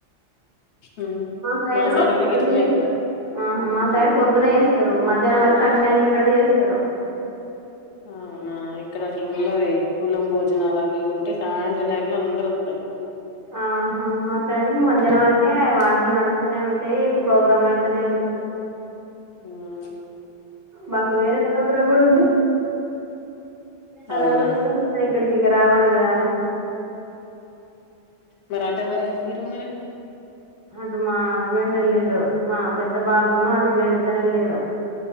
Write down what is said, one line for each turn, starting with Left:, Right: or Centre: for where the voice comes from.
Left: ఉహ్
Right: సైడు
Left: మా సైడ్
Right: పొద్దున్న
Left: కూడా గిట్లే
Right: చేస్తారు
Left: అయిద్ధి.
Right: ఆహా మా సైడ్ పొద్దున చేస్తారు మధ్యాహ్నం వరకు అన్నీ అయిపోయిటట్టు చేస్తారు.
Left: అవునా ఇక్కడ అట్లుండాది. కులం భోజనాలు అవి ఇవి ఉంటే సాయంత్ర టైం లో అందరు వస్తారు.
Right: ఆహా మా సైడు మధ్యాహ్నం వరకే వంటలు నడుస్తూనే ఉంటాయి అంటే ప్రోగ్రామ్ అయితనే ఉంటది.
Left: ఉమ్
Right: మాకు వేరే ప్రోగ్రామ్ కూడా ఉంది పదలో
Left: అవునా
Right: కూడా వచ్చినయి. ఇక్కడికి ఇగా రావాలి కదా అనేసి
Left: మరాఠెవర ఎల్తీరు మరే
Right: అటు మా హస్బెండ్ వెళ్ళిండు మా పెద్ద బాబును హస్బెండ్ ఇదరేల్లిరు.